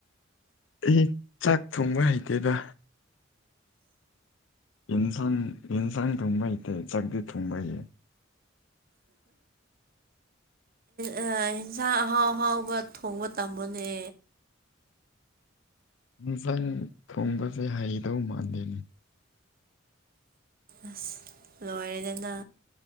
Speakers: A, on the left; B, on the right.
A: ꯑꯩ ꯆꯥꯛ ꯊꯣꯡꯕ ꯍꯩꯇꯦꯗ ꯏꯟꯁꯥꯡ ꯏꯟꯁꯥꯡ ꯊꯣꯡꯕꯩꯇꯦ ꯆꯖꯒꯗꯤ ꯊꯣꯡꯨꯝꯕꯩꯦ
B: ꯍ ꯏꯟꯁꯥꯡ ꯑꯍꯥꯎ ꯑꯍꯥꯎꯕ ꯊꯣꯡꯕ ꯇꯝꯕꯅꯦ
A: ꯍꯟꯁꯥꯡ ꯊꯣꯡꯕꯁꯦ ꯍꯩꯗꯧ ꯃꯥꯥꯟꯂꯦꯅꯤ
B: ꯑꯁ ꯂꯣꯏꯔꯦꯗꯅ